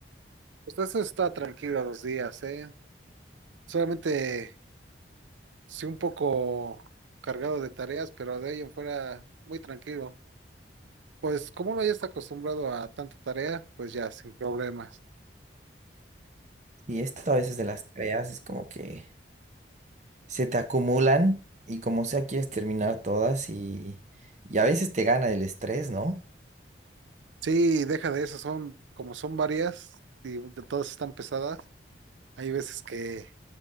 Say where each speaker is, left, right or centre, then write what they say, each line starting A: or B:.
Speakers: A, on the right; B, on the right.
A: Pues eso está tranquilo los días, ¿eh? Solamente sí un poco cargado de tareas, pero de ahí en fuera muy tranquilo. Pues como uno ya está acostumbrado a tanta tarea, pues ya, sin problemas.
B: Y esto a veces de las tareas es como que se te acumulan y como sea quieres terminar todas y, y a veces te gana el estrés, ¿no?
A: Sí, deja de eso, son como son varias y de todas están pesadas. Hay veces que